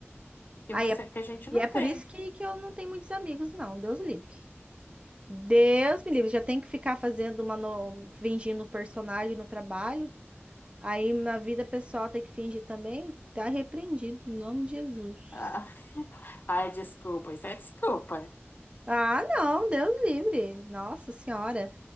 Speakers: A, on the left (about 45°); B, on the right (about 25°).
A: que
B: Aí
A: você,
B: é-
A: que a gente
B: E
A: não
B: é por
A: tem.
B: isso que, que eu não tenho muitos amigos, não. Deus livre. Deus me livre. Já tem que ficar fazendo uma. No... fingindo um personagem no trabalho. Aí na vida pessoal tem que fingir também. Tá repreendido, em nome de Jesus.
A: Ah, Ai, desculpa, isso é desculpa.
B: Ah, não, Deus livre. Nossa Senhora.